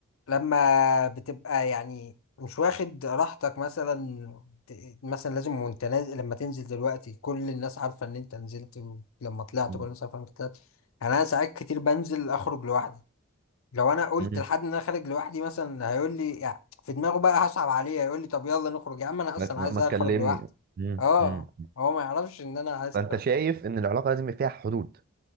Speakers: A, on the left (about 75°); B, on the right (about 45°).
A: لما بتبقى يعني مش واخد راحتك مثلا ت- مثلا لازم وانت نازل لما تنزل دلوقتي كل الناس عارفة ان انت نزلت ولما طلعت
B: مم.
A: كل الناس عارفة ان انت طلعت يعني انا ساعات كتير بنزل اخرج لوحدي لو انا قلت
B: مم.
A: لحد ان انا خارج لوحدي مثلا هيقول لي يعني في دماغه بقى هصعب عليه هيقول لي طب يلا نخرج يا عم انا اصلا
B: ما ما-
A: عايز
B: ما
A: اخرج
B: تكلمني
A: لوحدي
B: مم.
A: اه
B: مم.
A: هو ما يعرفش ان انا عايز
B: فانت شايف ان العلاقه لازم يبقى فيها حدود